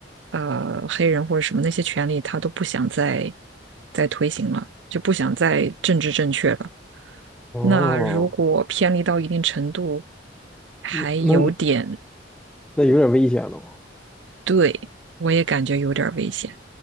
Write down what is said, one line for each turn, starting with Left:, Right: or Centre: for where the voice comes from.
Right: 呃，黑人或者什么那些权利，他都不想再再推行了，就不想再政治正确了。
Centre: 哦，
Right: 那如果偏离到一定程度，还有点，
Centre: 嗯那那有点危险了。
Right: 对，我也感觉有点儿危险。